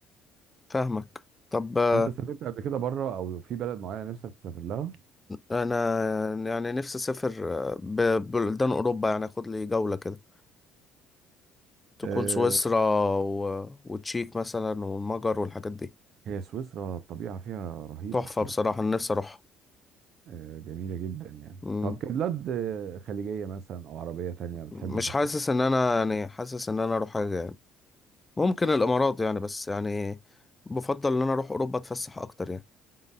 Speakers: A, on the left (about 20°); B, on the right (about 60°).
A: فاهمك طب آه،
B: انت سافرت قبل كده بره او في بلد معينه نفسك تسافر لها
A: انا يعني نفسي اسافر آه، ببلدان اوروبا يعني اخد لي جولة كده تكون
B: آه،
A: سويسرا و... وتشيك مثلا والمجر والحاجات دي
B: هي سويسرا الطبيعه فيها رهيبه
A: تحفة
B: بصراحه
A: بصراحة انا نفسي اروح
B: آه، جميله جدا يعني
A: امم
B: طب كبلاد آه، خليجيه مثلا او عربيه تانية بتحب
A: مش
B: تروح
A: حاسس
B: فين
A: ان انا يعني حاسس ان انا اروح حاجة يعني ممكن الامارات يعني بس يعني بفضل ان انا اروح اوروبا اتفسح اكتر يعني